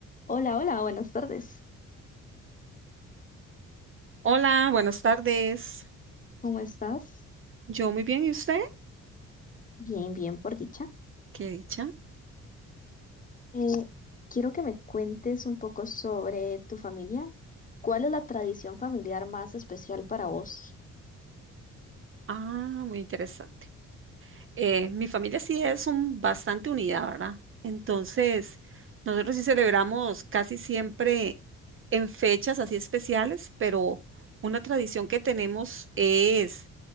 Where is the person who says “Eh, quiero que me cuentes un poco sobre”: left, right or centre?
Left